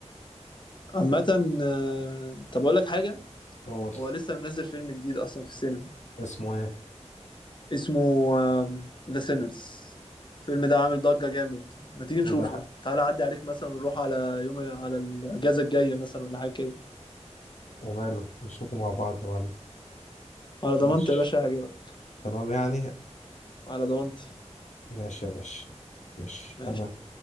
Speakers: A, on the left (about 40°); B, on the left (about 80°).
A: عامة آه، طب أقول لك حاجة
B: اول
A: هو لسه منزل فيلم جديد أصلا في السينما
B: اسمه ايه
A: اسمه ذا سينرز الفيلم ده عامل ضجة جامد ما تيجي نشوفه
B: وده حق.
A: تعالى عدي عليك مثلا نروح على يوم على الأجازة الجاية مثلا ولا حاجة كده
B: وماله نشوفه مع بعض يا معلم
A: على ضمانتي
B: ماشي
A: يا باشا هجيبك
B: تمام يعني
A: على ضمانتي
B: ماشي يا باشا ماشي
A: ماشي
B: تمام